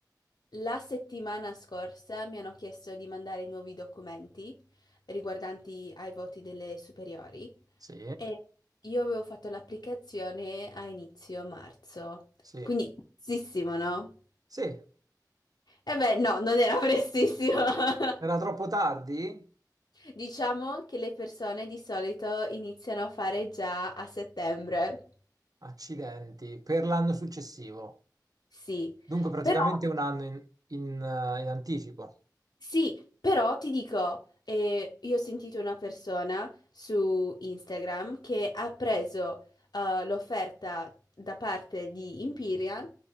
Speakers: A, on the left; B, on the right.
A: la settimana scorsa mi hanno chiesto di mandare nuovi documenti riguardanti ai voti delle superiori.
B: sì,
A: E io avevo fatto l'applicazione a inizio marzo,
B: sì,
A: quindi prestissimo, no?
B: sì.
A: E beh, no, non era prestissimo. <laughs>
B: Era troppo tardi?
A: Diciamo che le persone di solito iniziano a fare già a settembre,
B: Accidenti, per l'anno successivo.
A: sì,
B: Dunque praticamente
A: però
B: un anno in, in, eh, in anticipo.
A: Sì, però ti dico, eh, io ho sentito una persona su Instagram che ha preso eh, l'offerta da parte di Imperial